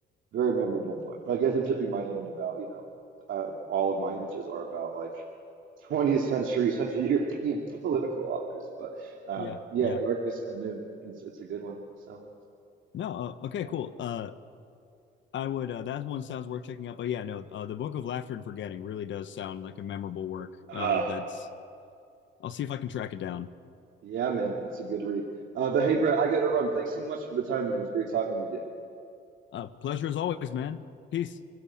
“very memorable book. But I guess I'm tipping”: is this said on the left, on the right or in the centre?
Right